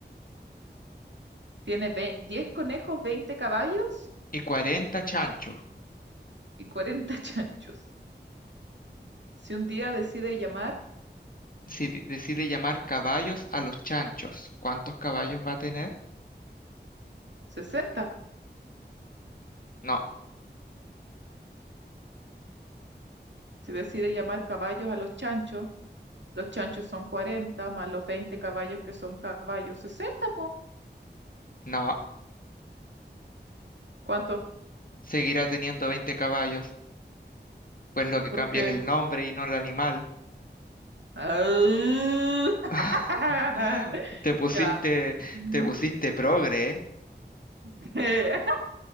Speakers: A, on the right; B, on the left.
A: Tiene ve- 10 conejos, 20 caballos
B: Y cuarenta chanchos.
A: y 40 <laughs> chanchos. Si un día decide llamar
B: Si de- decide llamar caballos a los chanchos, ¿cuántos caballos va a tener?
A: sesenta
B: No,
A: si decide llamar caballos a los chanchos, los chanchos son cuarenta más los veinte caballos que son caballos, sesenta po.
B: no,
A: ¿Cuánto?
B: seguirá teniendo 20 caballos, pues lo que
A: Porque
B: cambia es el nombre y no el animal.
A: <laughs>
B: <laughs> Te pusiste,
A: Ya. Mm.
B: te pusiste progre, ¿eh?
A: <laughs>